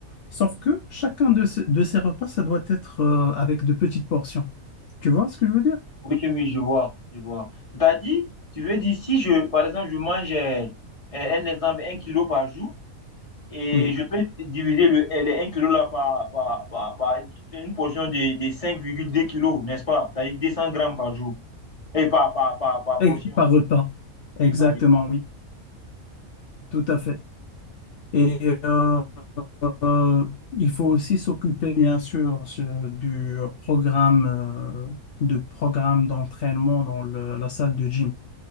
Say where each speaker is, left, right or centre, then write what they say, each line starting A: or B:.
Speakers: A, on the left (about 65°); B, on the left (about 25°).
A: Sauf que chacun de, ce- de ces repas, ça doit être euh, avec de petites portions. Tu vois ce que je veux dire?
B: oui, oui, je vois, je vois. C'est-à-dire, tu veux dire, si je, par exemple, je mange, euh, euh, un exemple, un kilo par jour, Et
A: Oui.
B: je peux diviser le, les un kilo là par, par, par, par une portion de, de cinq virgule deux kilos n'est-ce pas? C'est-à-dire 200 grammes par jour. Et par, par, par, par
A: Et-
B: portion.
A: par repas. Exactement,
B: par-
A: oui. Tout à fait. Et euh, Euh, il faut aussi s'occuper, bien sûr, ce- du programme, euh, du programme d'entraînement dans le- la salle de gym.